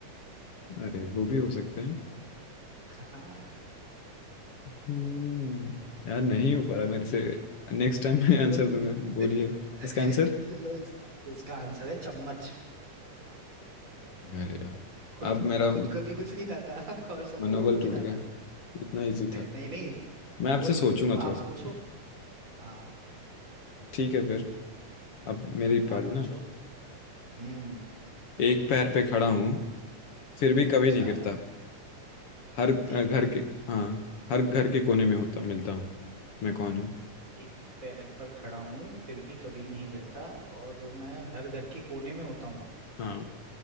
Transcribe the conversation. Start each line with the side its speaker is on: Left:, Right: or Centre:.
Left: अरे वो भी हो सकते हैं
Right: <laughs> हाँ
Left: हम्म, यार नहीं हो पा रहा मेरे से नेक्स्ट टाइम
Right: चलो
Left: मैं आंसर
Right: तो
Left: दूंगा
Right: फिर
Left: बोलिए
Right: <laughs>
Left: इसका आंसर
Right: चलो इसका इसका आंसर है चम्मच
Left: अरे यार
Right: खुद
Left: अब मेरा
Right: खुद कभी कुछ नहीं खाता <laughs> और सबको
Left: मनोबल
Right: खूब
Left: टूट
Right: खिलाता
Left: गया
Right: है
Left: इतना इजी था
Right: नहीं नहीं
Left: मैं
Right: मनोबल
Left: आपसे सोचूंगा
Right: मत टूटो आप
Left: थोड़ा
Right: अच्छा
Left: सा
Right: पूछो सोच मत हाँ
Left: ठीक है फिर अब मेरी पारी
Right: आप पूछो
Left: ना
Right: हम्म
Left: एक पैर पे खड़ा हूँ फिर भी कभी
Right: अच्छा
Left: नहीं गिरता हर अ,
Right: एक
Left: घर
Right: पैर पर
Left: के हाँ हर घर के
Right: हम्म,
Left: कोने में होता मिलता हूँ मैं कौन हूँ
Right: एक पैर पर खड़ा हूँ फिर भी कभी नहीं गिरता और मैं हर घर के कोने में होता हूँ
Left: हाँ